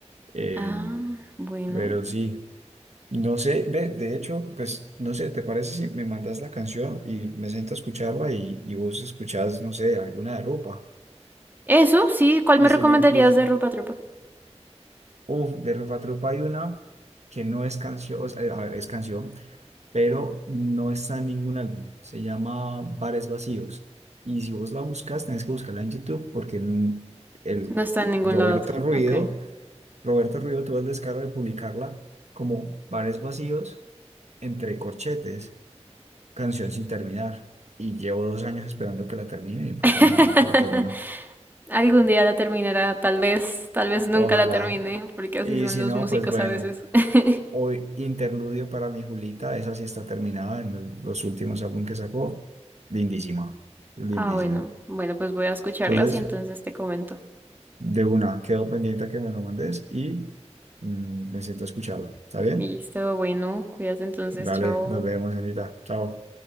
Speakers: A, on the right (about 75°); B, on the right (about 15°).
A: Eh,
B: Ah, bueno.
A: pero sí, no sé, de, de hecho, pues no sé, ¿te parece si me mandas la canción y me siento a escucharla y, y vos escuchás, no sé, alguna de Rupa?
B: Eso, sí, ¿cuál
A: Y,
B: me recomendarías
A: sigue- y
B: de Rupa Trupa?
A: uff, de Rupa Trupa hay una que no es canción, o sea, a ver, es canción, pero no está en ningún álbum. Se llama Bares Vacíos. Y si vos la buscas, tenés que buscarla en YouTube porque en- el
B: No está en ningún
A: Roberto
B: lado.
A: Ruido,
B: Ok.
A: Roberto Ruido tuvo el descaro de publicarla como Bares Vacíos entre corchetes, canción sin terminar. Y llevo dos años esperando que la termine y pues
B: <laughs>
A: bueno, nunca la termino.
B: Algún día la terminará, tal vez, tal vez nunca
A: Ojalá.
B: la termine, porque así
A: Y
B: son
A: si
B: los
A: no,
B: músicos
A: pues bueno.
B: a veces. <laughs>
A: O Interludio para mi Julita, esa sí está terminada en el- los últimos álbumes que sacó. Lindísima, lindísima.
B: Ah, bueno, bueno, pues voy a escucharlas
A: Entonces,
B: y entonces te comento.
A: de una, quedo pendiente a que me lo mandes y mm, me siento a escucharlo. ¿Está bien?
B: Listo, bueno, cuídate entonces,
A: Dale,
B: chao.
A: nos vemos, señorita. Chao.